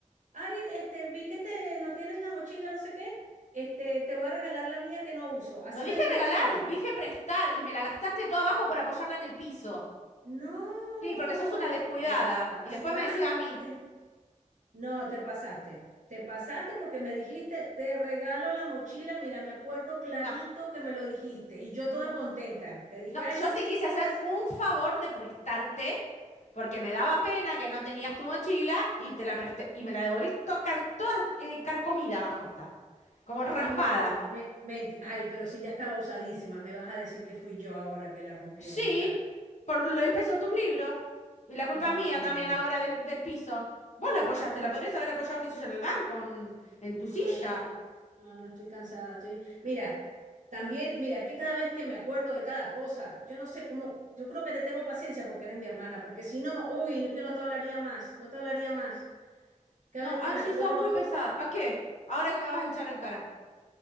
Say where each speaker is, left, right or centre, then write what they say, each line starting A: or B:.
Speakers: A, on the right (about 65°); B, on the left (about 60°).
A: ay, este, vi que te no tienes la mochila, no sé qué, este, te voy a regalar la mía que no uso. Así
B: No dije
A: me dijiste,
B: regalar,
A: me la diste.
B: dije prestar y me la gastaste todo abajo por apoyarla en el piso.
A: No,
B: Sí, porque sos una descuidada.
A: te pasaste.
B: Y después me decís a mí,
A: No, te pasaste. Te pasaste porque me dijiste, te regalo la mochila. Mira, me acuerdo clarito
B: no,
A: que me lo dijiste. Y yo
B: no.
A: toda contenta. Te dije,
B: No,
A: ay,
B: yo
A: sí,
B: te quise hacer
A: gracias.
B: un favor de prestarte, porque
A: <gasps>
B: me daba pena que no tenías tu mochila y te la presté y me la devolviste toda, can- toda, eh, carcomida abajo está, como
A: Ay,
B: raspada.
A: no, me, ment- ay, pero si ya estaba usadísima, me vas a decir que fui yo ahora que la rompió
B: Sí,
A: y tal.
B: por l- el peso de tus libros. Y la culpa
A: No,
B: es mía
A: no,
B: también
A: no.
B: ahora del, del piso. Vos la apoyaste, la podrías haber apoyado, qué sé yo, en el banco, en, en tu silla.
A: Ay, no. No, no, estoy cansada, estoy. Mira, también, mira, es que cada vez que me acuerdo de cada cosa, yo no sé cómo, yo creo que te tengo paciencia porque eres mi hermana, porque si no, uy, no es que no te hablaría más, no te hablaría más. Cada
B: No,
A: vez que
B: Angie,
A: me acuerdo,
B: sos muy pesada. ¿A qué? Ahora que me vas a hinchar en cara.